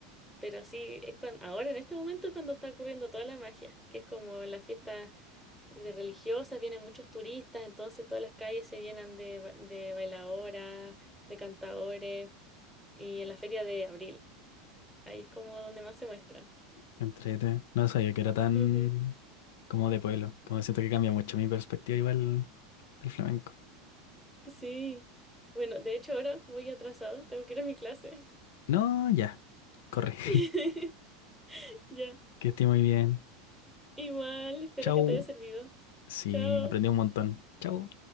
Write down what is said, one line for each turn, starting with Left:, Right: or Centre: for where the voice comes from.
Centre: Pero sí, es cuando, ahora en este momento es cuando está ocurriendo toda la magia, que es como en las fiestas de religiosas, vienen muchos turistas, entonces todas las calles se llenan de, ba- de bailadoras, de cantadores y en la feria de abril, ahí es como donde más se muestra.
Left: Entrete. No sabía que era tan
Centre: Ujú,
Left: como de pueblo. Como siento que cambia mucho mi perspectiva igual del flamenco.
Centre: Sí. Bueno, de hecho ahora voy atrasada, tengo que ir a mi clase.
Left: No, ya, corre. <laughs>
Centre: <laughs> Ya.
Left: Que esté muy bien.
Centre: Igual, espero
Left: Chau.
Centre: que te haya servido.
Left: Sí,
Centre: Chao.
Left: aprendí un montón. Chau.